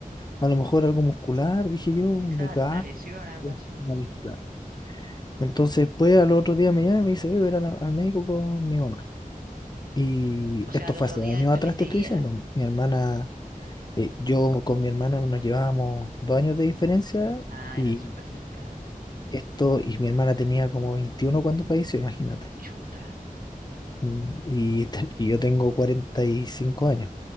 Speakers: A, on the left; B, on the right.
A: a lo mejor algo muscular, dije yo, un
B: Claro,
A: desgaste,
B: una lesión, algo así.
A: una mezcla. Entonces, después, al otro día me llama y me dice, voy a ver al, al médico con mi mamá. Y
B: O sea,
A: esto
B: al
A: fue
B: otro
A: hace
B: día
A: años
B: esto
A: atrás,
B: le seguía.
A: te estoy diciendo. Mi hermana, eh, yo con mi hermana nos llevábamos dos años de diferencia.
B: Ah,
A: Y
B: era súper cercano.
A: esto, y mi hermana tenía como 21 cuando falleció, imagínate.
B: Chuta,
A: Y, y te- y yo tengo 45 años.